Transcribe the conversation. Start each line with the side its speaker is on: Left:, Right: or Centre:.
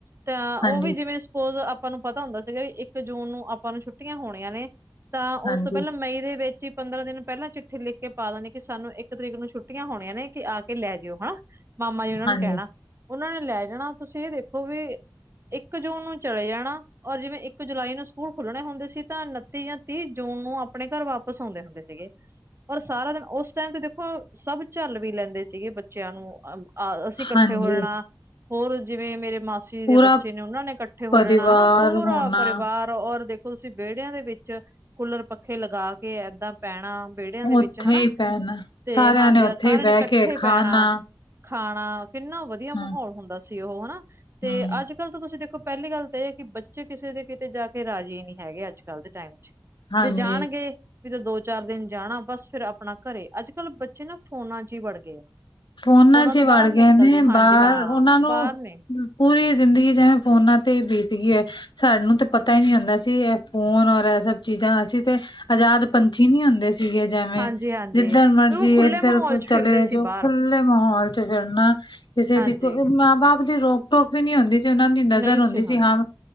Right: ਤਾਂ ਉਹ
Left: ਹਾਂਜੀ
Right: ਵੀ ਜਿਵੇਂ ਸਪੋਜ ਆਪਾਂ ਨੂੰ ਪਤਾ ਹੁੰਦਾ ਸੀਗਾ ਵੀ ਇੱਕ ਜੂਨ ਨੂੰ ਆਪਾਂ ਨੂੰ ਛੁੱਟੀਆਂ ਹੋਣੀਆਂ ਨੇ ਤਾਂ
Left: ਹਾਂਜੀ
Right: ਉਸ ਤੋਂ ਪਹਿਲਾਂ ਮਈ ਦੇ ਵਿੱਚ ਹੀ ਪੰਦਰਾਂ ਦਿਨ ਪਹਿਲਾਂ ਚਿੱਠੀ ਲਿਖ ਕੇ ਪਾ ਦੇਣੀ ਕਿ ਸਾਨੂੰ ਇੱਕ ਤਰੀਕ ਨੂੰ ਛੁੱਟੀਆਂ ਹੋਣੀਆਂ ਨੇ ਕਿ ਆ ਕੇ ਲੈ ਜਾਓ ਹਨਾ। ਮਾਮਾ ਜੀ ਉਹਨਾਂ
Left: ਹਾਂਜੀ
Right: ਨੂੰ ਕਹਿਣਾ ਉਹਨਾਂ ਨੇ ਲੈ ਜਾਣਾ ਤੁਸੀਂ ਇਹ ਦੇਖੋ ਵੀ ਇੱਕ ਜੂਨ ਨੂੰ ਚਲੇ ਜਾਣਾ ਔਰ ਜਿਵੇਂ ਇੱਕ ਜੁਲਾਈ ਨੂੰ ਸਕੂਲ ਖੁੱਲਣੇ ਹੁੰਦੇ ਸੀ ਤਾਂ ਉਨੱਤੀ ਜਾਂ ਤੀਹ ਜੂਨ ਨੂੰ ਆਪਣੇ ਘਰ ਵਾਪਿਸ ਆਉਂਦੇ ਹੁੰਦੇ ਸੀਗੇ। ਔਰ ਸਾਰਾ ਦਿਨ ਉਸ ਟਾਈਮ ਤੇ ਦੇਖੋ ਸਭ ਝੱਲ ਵੀ ਲੈਂਦੇ ਸੀਗੇ ਬੱਚਿਆਂ ਨੂੰ ਆ ਇਕੱਠੇ
Left: ਹਾਂਜੀ
Right: ਹੋ ਜਾਣਾ ਹੋਰ ਜਿਵੇਂ ਮੇਰੇ ਮਾਸੀ
Left: ਪੂਰਾ
Right: ਦੇ ਬੱਚੇ ਨੇ ਉਹਨਾਂ ਨੇ ਇਕੱਠੇ ਹੋ
Left: ਪਰਿਵਾਰ
Right: ਜਾਣਾ ਹਨਾ ਪੂਰਾ
Left: ਹੋਣਾ
Right: ਪਰਿਵਾਰ ਔਰ ਦੇਖੋ ਤੁਸੀਂ ਵਿਹੜਿਆਂ ਦੇ ਵਿੱਚ ਕੂਲਰ ਪੱਖੇ ਲਗਾ ਕੇ ਏਦਾਂ ਪੈਣਾ ਵਿਹੜਿਆਂ ਦੇ ਵਿੱਚ
Left: ਉੱਥੇ
Right: ਹਨਾ
Left: ਹੀ ਪੈਣਾ
Right: ਤੇ
Left: ਸਾਰਿਆਂ
Right: ਹਾਂਜੀ
Left: ਨੇ ਉੱਥੇ
Right: ਆ ਸਾਰਿਆਂ
Left: ਹੀ ਬਹਿ
Right: ਨੇ ਇਕੱਠੇ
Left: ਕੇ ਖਾਣਾ
Right: ਪੈਣਾ ਖਾਣਾ ਕਿੰਨਾ ਵਧੀਆ ਮਾਹੌਲ
Left: ਹਮ
Right: ਹੁੰਦਾ ਸੀ ਉਹ ਹਨਾ ਤੇ
Left: ਹਮ
Right: ਅੱਜ ਕੱਲ ਤਾਂ ਤੁਸੀਂ ਦੇਖੋ ਪਹਿਲੀ ਗੱਲ ਤਾਂ ਇਹ ਹੈ ਕਿ ਬੱਚੇ ਕਿਸੇ ਦੇ ਕਿਤੇ ਜਾ ਕੇ ਰਾਜ਼ੀ ਨਹੀਂ ਹੈਗੇ ਅੱਜ ਕੱਲ੍ਹ ਦੇ ਟਾਈਮ ਚ
Left: ਹਾਂਜੀ
Right: ਜੇ ਜਾਣਗੇ ਵੀ ਤਾਂ ਦੋ ਚਾਰ ਦਿਨ ਜਾਣਾ ਬਸ ਫੇਰ ਆਪਣਾ ਘਰੇ ਅੱਜ ਕੱਲ੍ਹ ਬੱਚੇ ਨਾ ਫੋਨਾਂ ਚ ਹੀ ਵੜ ਗਏ ਆ।
Left: ਫੋਨਾਂ ਚ
Right: ਤੋਂ ਬਾਹਰ
Left: ਵੜ ਗਏ
Right: ਨਿਕਲਦੇ
Left: ਨੇ
Right: ਹਾਂਜੀ
Left: ਬਾਹਰ
Right: ਹਾਂ
Left: ਉਹਨਾਂ ਨੂੰ
Right: ਬਾਹਰ ਨੇ
Left: ਪੂਰੀ ਜ਼ਿੰਦਗੀ ਜਿਵੇਂ ਫੋਨਾਂ ਤੇ ਹੀ ਬੀਤ ਗਈ ਹੈ। ਸਾਨੂੰ ਤਾਂ ਪਤਾ ਹੀ ਨਹੀਂ ਹੁੰਦਾ ਸੀ ਇਹ ਫੋਨ ਔਰ ਇਹ ਸਭ ਚੀਜ਼ਾਂ ਅਸੀਂ ਤੇ ਆਜ਼ਾਦ ਪੰਛੀ ਨਹੀਂ ਹੁੰਦੇ ਸੀਗੇ ਜਿਵੇਂ
Right: ਹਾਂਜੀ ਹਾਂਜੀ।
Left: ਜਿੱਧਰ ਮਰਜ਼ੀ
Right: ਬਿਲਕੁਲ ਖੁੱਲੇ
Left: ਇੱਧਰ
Right: ਮਾਹੌਲ ਚ
Left: ਚਲੇ
Right: ਫਿਰਦੇ
Left: ਜੋ
Right: ਸੀ ਬਾਹਰ
Left: ਖੁਲੇ ਮਾਹੌਲ ਚ ਫੇਰ ਨਾ ਕਿਸੇ
Right: ਹਾਂਜੀ
Left: ਦੀ ਕੋ ਮਾਂ ਬਾਪ ਦੀ ਰੋਕ ਟੋਕ ਵੀ ਨਹੀਂ ਹੁੰਦੀ ਸੀ, ਉਹਨਾਂ ਦੀ ਨਜ਼ਰ
Right: ਨਹੀਂ
Left: ਹੁੰਦੀ
Right: ਹੁੰਦੇ।
Left: ਸੀ ਹਾਂ।